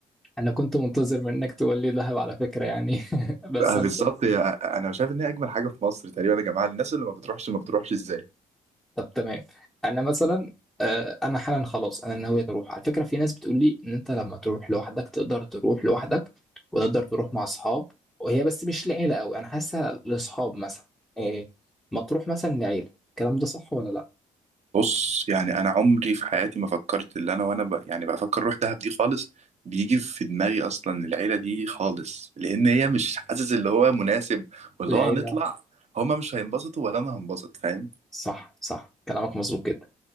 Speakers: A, in the centre; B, on the right.
A: أنا كنت منتظر منك تقول لي دهب على فكرة يعني <laughs> بس
B: آه،
A: أنا
B: بالظبط يا- انا شايف ان هي اجمل حاجه في مصر تقريبا يا جماعه الناس اللي ما بتروحش ما بتروحش ازاي
A: طب تمام انا مثلا آه، انا حالا خلاص انا ناوي اروح على فكره في ناس بتقول لي ان انت لما تروح لوحدك تقدر تروح لوحدك وتقدر تروح مع اصحاب وهي بس مش لعيله قوي انا حاسسها لاصحاب مثلا إيه ما تروح مثلا لعيله الكلام ده صح ولا لا
B: بص يعني انا عمري في حياتي ما فكرت اللي انا وانا ب... يعني بفكر اروح دهب دي خالص بيجي في دماغي اصلا العيله دي خالص لان هي مش حاسس اللي هو مناسب واللي
A: العيله
B: هو هنطلع هما مش هينبسطوا ولا انا هنبسط فاهم
A: صح صح كلامك مظبوط جدا